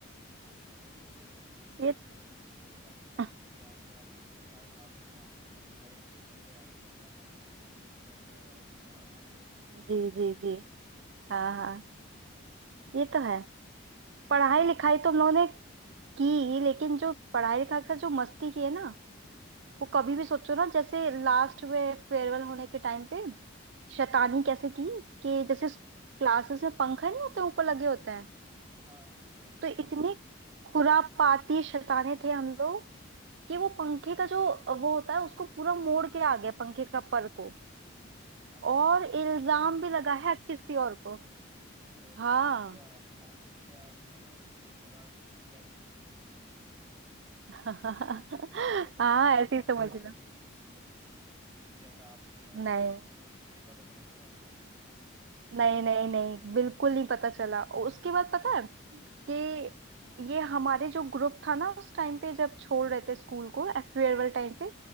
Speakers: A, on the right; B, on the right.
A: वो तो कभी मैं भूलूंगा
B: ये तो
A: ही नहीं
B: है।
A: वो दिन बहुत अच्छी बनाते
B: अरे
A: थे अंकल अभी मेरे को शायद मालूम नहीं अंकल जिंदा है कि मर गए अभी तो क्या मालूम स्कूल लाइफ के बारे में तो आ- हाँ ना वो तो सही
B: जी
A: है
B: जी जी हाँ हाँ ये तो है पढ़ाई लिखाई तो हम लोगों ने की लेकिन जो पढ़ाई लिखाई के साथ जो मस्ती की है ना वो कभी भी सोचो ना जैसे लास्ट में फेयरवेल होने के टाइम पे शैतानी कैसे की कि जैसे क्लासेस में पंखा नहीं होते ऊपर लगे होते हैं
A: हाँ बस सही है
B: तो
A: पंखे
B: इतने खुरापाती शैताने थे हम लोग कि वो पंखे का जो वो होता है उसको पूरा मोड़ के आ गया पंखे का पर को
A: अरे
B: और
A: अरे अरे
B: इल्जाम
A: तुमने बहुत ही दिन
B: भी लगा
A: मन-
B: है किसी और को
A: अरे मतलब
B: हाँ
A: पूरा काम तो किया आपने और दूसरे को डांट खिला दी
B: हाँ
A: फिर कभी पता चला कि नहीं फिर
B: ऐसे
A: आपके
B: ही समझ
A: बारे
B: है लो
A: में स्कूल में कभी फिर ये किया था आपने और
B: नहीं
A: दूसरे के ऊपर नहीं पता चला क्या वो अभी तक
B: नहीं नहीं नहीं बिल्कुल नहीं पता चला और उसके बाद पता है कि ये हमारे जो ग्रुप था ना उस टाइम पे जब छोड़ रहे थे स्कूल को फेयरवेल टाइम पे